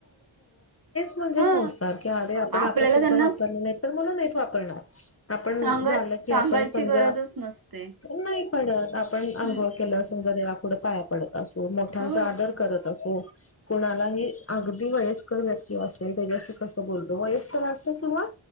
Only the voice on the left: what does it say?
म्हणजे
संस्था की आ आपण
आपसद्धा
वापरल नाही तर मला नाहीत वापरणार. आपण
झालं की
आपण समजा
नाही पडत आपण आंघोळ
केलं समजा देवा कुढं पाया पडत. मोठ्यांचा
आदर करत असो कणालाही अ ती वयस्कर व्यक्ती असेल तेस कसं बोलतो वयस्कर अस. किंवा